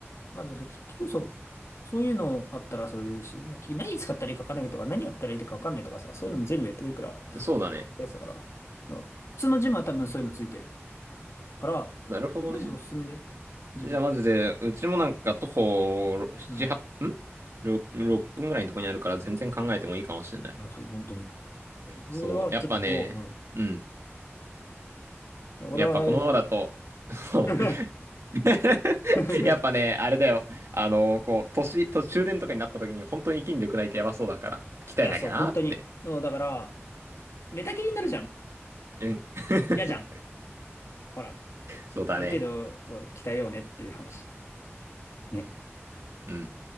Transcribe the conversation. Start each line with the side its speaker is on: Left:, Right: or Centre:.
Left: まあでもそれ、結局そう、そういうのあったらそれでいいし、結局何使ったらいいか分かんないとか、何やったらいいか分かんないとかさ、そういうのも全部やってくれるから、
Right: そうだね。
Left: やつだから、まあ普通のジムは多分そういうのついてる。から、
Right: なるほどね。
Left: マジでおすすめだよ。自分。
Right: じゃあ、マジで、うちもなんか徒歩7、
Left: うん。
Right: 8んろ ?6 分ぐらいのとこにあるから全然考えてもいいかもしれない。
Left: あ、そう、本当に。俺は結構、
Right: そう。やっぱね、
Left: うん。
Right: うん。
Left: 俺は、
Right: やっぱこのままだと、
Left: そうと。
Right: そう
Left: <laughs> う
Right: <laughs>
Left: ん
Right: やっぱね、あれだよ。あの、こう、年、途中電とかになった時に本当に筋力ないとやばそうだから、鍛えなきゃなって。
Left: いや、そう、本当に。そう、だから、寝たきりになるじゃん。
Right: うん。<laughs>
Left: 嫌じゃん。ほら、
Right: そうだね。
Left: ある程度、そう、鍛えようねっていう話。ね。
Right: うん。